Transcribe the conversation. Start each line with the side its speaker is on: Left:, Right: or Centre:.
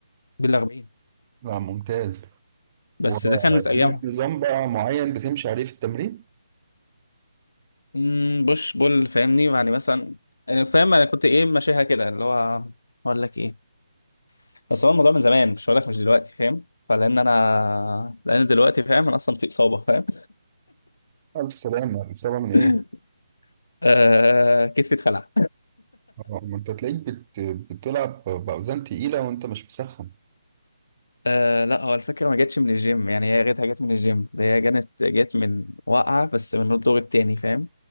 Left: بالاربعين
Right: لا ممتاز وليك
Left: بس ده كانت ايامها
Right: نظام بقى معين بتمشي عليه في التمرين
Left: امم بوش بول فاهمني يعني مثلا انا فاهم انا كنت ايه ماشيها كده اللي هو اقول لك ايه بس هو الموضوع من زمان مش هقول لك مش دلوقتي فاهم فلان انا لان دلوقتي فاهم انا اصلا في اصابه فاهم
Right: ألف سلامة الإصابة من إيه؟
Left: <laughs> آه كتفي اتخلع
Right: آه، ما أنت تلاقيك بت... بتلعب بأوزان تقيلة وأنت مش مسخن
Left: آه لا هو الفكره ما جاتش من الجيم يعني هي جاتها جت من الجيم ده هي جت جت من وقعه بس من الدور التاني فاهم